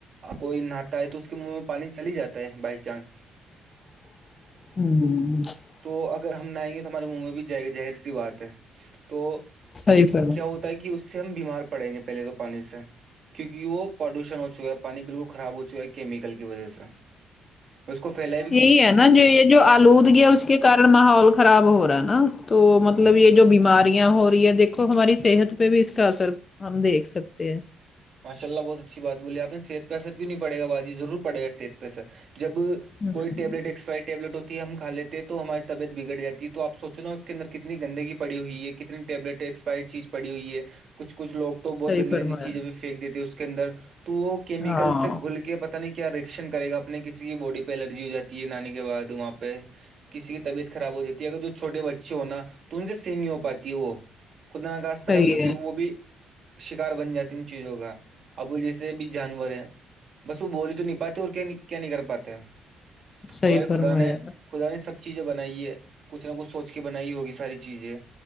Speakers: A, on the right (about 50°); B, on the left (about 35°).
A: کوئی نہاتا ہے تو اس کے منہ میں پانی چل ہی جاتا ہے بائی چانس
B: ہوں ہ ہ <inaudible>
A: تو اگر ہم نہ آئیں گے تو ہمارے منہ میں بھی اہر سی بات ہے تو
B: صحیح فرمایا
A: کیا ہوتا کہ اس سے ہم بیمار پڑیں گے پہلے تو پانی سے کیونکہ وہ پدوشن ہو چکا ہے پانی بالکل خراب ہو چکا ہے کیمیکل کی وجہ سے اس کو پھیل
B: یہی ہے نا جو یہ جو آلود گیا اس کے کن ماحول خراب ہو رہا ہے نا تو
A: جی
B: مطلب
A: جی بالکل
B: یہ جو بیماریاں ہو رہی ہے د دیکھو ہماری صحت پہ بھی اس کا اثر ہم دیکھ سکتے ہیں
A: ماشاء اللہ بہت اچھی بات بوللی آپ صحت پہر کیوں نہیں پڑے گاجی ر پڑے گا صح پہثر جب
B: ہوں
A: کوئی ٹبلٹ ایکسپائر ٹیبلٹ ہو ہم کا لیتے تو ہماری طبیعت بگڑ جاتی ہے توپ سوچو نا اس کے اندر کتنی گندگی پڑی ہوئی ہے کتنی ٹیبلیٹس چیز پڑی ہوئی ہے کچھ کچھ لوگ تو بہت
B: صحیح
A: گندی
B: فرمایا
A: گندی چیزیں بھی پھین دیتی ہے اس کے اندر تو وہ کیمیکل
B: ہاں
A: سے گل کے پ پ نہیں کیا آشن کرے گا اپنے کسی کی باڈی پہ الرجی ہو جاتی ہے نانی کے بعد وہاں پہ کسی کی طبیعت خراب ہواتی ہے اگر تو چھوٹے بچے ہو نا تو ان سے سیح نہیں ہو پاتی ہے وہ خد نکاست
B: صحیح
A: کبھی کبھی
B: ہے
A: وہ بھی شکار بن جاتی چیز ہوگا اب وہ جیسے بھی جانور ہے بس وہ بول تو نہیں پاتے اور کیا کیا نہیں کر پاتے
B: صحیح
A: ہمارے
B: فرمایا
A: خدا نے خدا نے سب چیزیں بنائی ہے کچھ نہ کچھ سوچ کے بنائی ہوگی ساری چیزیں